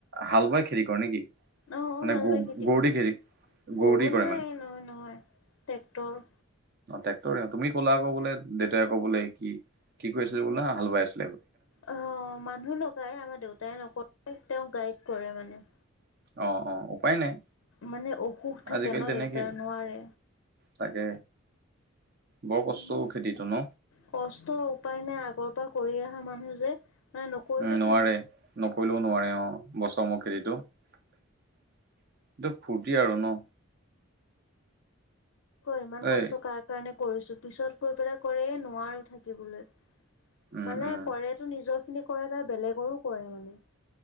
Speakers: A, on the right; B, on the left.
A: হাল বাই খেতি কৰে নে কি?
B: অ
A: মানে
B: হাল
A: গু
B: বাই
A: গৰুদি
B: কৰো
A: খেতি?
B: গৰু
A: দি কৰে
B: নাই
A: মানে
B: নহয় নহয় ট্ৰেক্টৰ।
A: টেক্টৰে তুমি কলা আকৌ বোলে দেউতাই কৌ বোলে কি কৰিছিল বোলে হা হাল বাইছ-
B: অ মানুহ লগাই আমাৰ দেউতাই নকৰে তেওঁ গাইড কৰে মানে।
A: অ অ। উপায় নাই
B: মানে অসুখ থাকে
A: আজিকালি
B: ন
A: তেনেকেই
B: দেউতাই নোৱাৰে।
A: তাকে। বৰ কষ্টও
B: উম
A: খেতিটো ন
B: কষ্ট উপায় নাই আগৰ পৰা কৰি অহা মানুহ যে। নকৰিলেও
A: উম নোৱাৰে
B: থাক-
A: নকৰিলেও নোৱাৰে অ বছৰমোৰত খেতিটো। এইটো ফূৰ্তি আৰু ন।
B: কয় ইমান কষ্ট
A: এই
B: কাৰ কাৰণে কৰিছো পিছত গৈ পেলাই কৰে এই নোৱাৰো থাকিবলৈ।
A: উম
B: মানে
A: উম
B: কৰেতো নিজৰ খিনি কৰে, ত বেলেগৰো কৰে মানে।